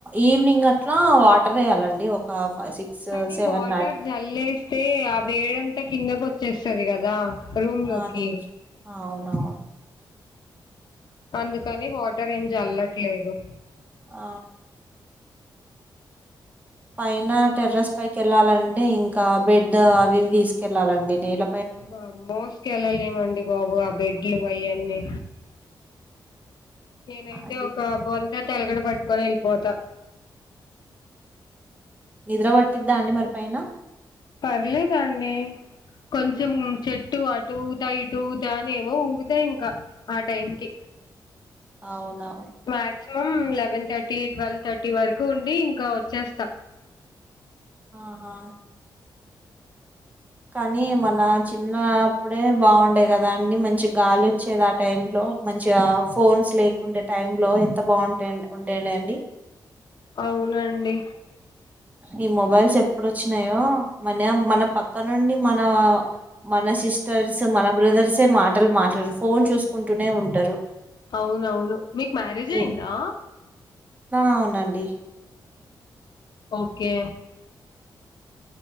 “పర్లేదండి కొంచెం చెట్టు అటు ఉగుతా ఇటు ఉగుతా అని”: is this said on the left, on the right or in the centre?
Left